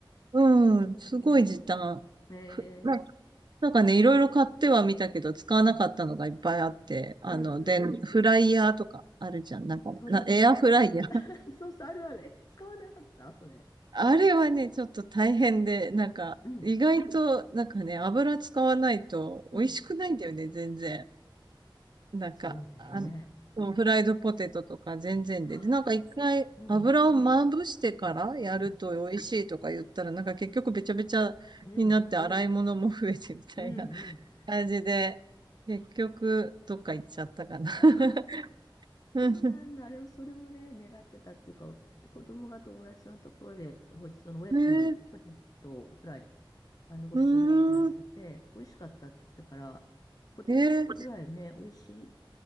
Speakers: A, on the right; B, on the left.
A: う、うん、すごい時短。
B: うん。ええ
A: ふな、なんかね、いろいろ買ってはみたけど、使わなかったのがいっぱいあって、
B: うん、
A: あの、
B: うん、うん。
A: で、フライヤーとかあるじゃん。なんか、
B: それも狙って。
A: な、エアフライヤー
B: <laughs> そうそう、あるある。え、使わなかったそれ。
A: あれはね、ちょっと大変で、なんか、
B: うん、
A: 意外と、なんかね、油使わないと美味しくないんだよね、
B: うん。
A: 全然。なんか、
B: そうね。
A: あの、そうフライドポテトとか全然で。
B: は
A: で、なんか一回油をまぶしてからやると美味しいとか言ったら、
B: うん、うん、
A: なんか結局べちゃべちゃになって洗い物も増えてみたいな
B: うん、うん、
A: <laughs>
B: うん。
A: 感じで、結局どっか行っちゃったかな。
B: あとか、
A: <laughs>
B: そうなんだ。
A: うん
B: あれを、それもね、狙ってたっていうか、子供が友達のところで、ごちそうのおやつに、
A: えー、
B: ポテトフライ、あの、ごちそうになったらしくて、
A: うーん、
B: 美味しかったって言ったから、ポテトフライね、
A: えー、
B: 美味し